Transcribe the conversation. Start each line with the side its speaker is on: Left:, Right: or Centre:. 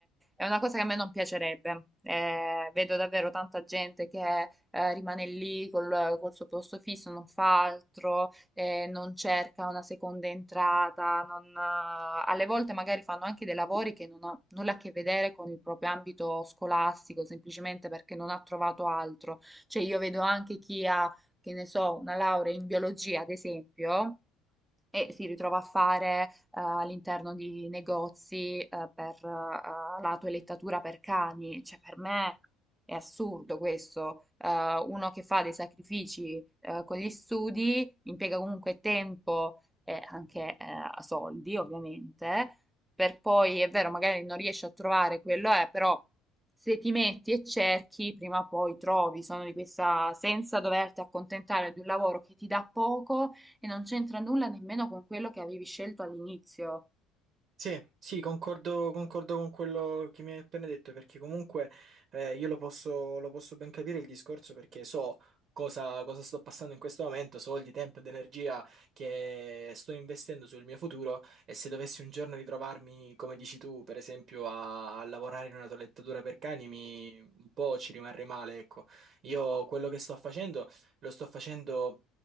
Centre: è una cosa che a me non piacerebbe. Eh, vedo davvero tanta gente che eh, rimane lì col, col suo posto fisso, non fa altro, eh, non cerca una seconda entrata. non, eh, alle volte magari fanno anche dei lavori che non hanno nulla a che vedere con il proprio ambito scolastico, semplicemente perché non ha trovato altro. Cioè, io vedo anche chi ha, che ne so, una laurea in biologia, ad esempio e si ritrova a fare eh, all'interno di negozi eh, per eh, la toelettatura per cani. Cioè, per me è assurdo questo. Eh, uno che fa dei sacrifici eh, con gli studi, impiega comunque tempo e anche eh, soldi, ovviamente, per poi, è vero, magari non riesci a trovare quello, eh, però. Se ti metti e cerchi, prima o poi trovi, sono di questa senza doverti accontentare di un lavoro che ti dà poco, e non c'entra nulla nemmeno con quello che avevi scelto all'inizio
Right: Sì, sì, concordo, concordo con quello che mi hai appena detto, perché comunque eh, io lo posso, lo posso ben capire il discorso perché so cosa, cosa sto passando in questo momento, so il tempo ed energia che sto investendo sul mio futuro e se dovessi un giorno ritrovarmi, come dici tu, per esempio a, a lavorare in una toilettatura per cani, mi, un po' ci rimarrei male, ecco. Io quello che sto facendo lo sto facendo...